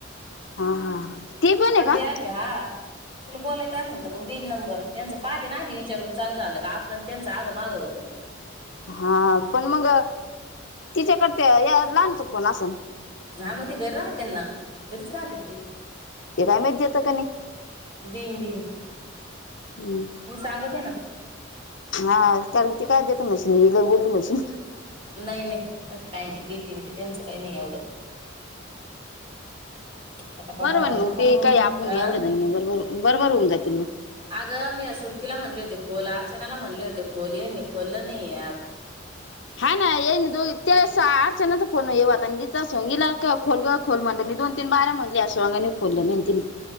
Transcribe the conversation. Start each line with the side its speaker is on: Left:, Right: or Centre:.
Left: हा हा ते पण आहे
Right: बी
Left: का,?
Right: ॲप हा तुला बोलायचंचत मग तीन नंबर त्यांचं पाहते ना आी विचारून चाल झालं का आपल्या त्यांच जगमा होत.
Left: हा पण मग तिच्याकड या लहानच फोनन असन.
Right: हा मग ते घरी राहते त्यांना घरीच राहते ते
Left: ते काय माहित देतं का नाही.
Right: दिन दिन
Left: हम्म
Right: मी सांगत आहे ना.
Left: हा कारण ती काय देत म्हशीिनीला बोलली म्हशीन
Right: नाही नाही त्याच काही नाही दीतीन ते त्यांचं काही नाही एवढं. पटापटा
Left: बरोबर
Right: हवा ना
Left: मग
Right: दहा
Left: ते
Right: मिनिट
Left: काही आपण
Right: अ
Left: एवढंच मग बरोबर बरोबर होऊन जातील मग.
Right: अगं मी सुरकीला म्हणले होते खोल अर्चनाला म्हणले होते खोलली खोललं नाहीे ऍप.
Left: हा ना ये दो ते आठचणचा फोन येता गच असिला खोल खोल म्हणलं मी दोन तीन बारा म्हणले असग आणि खोललं न त.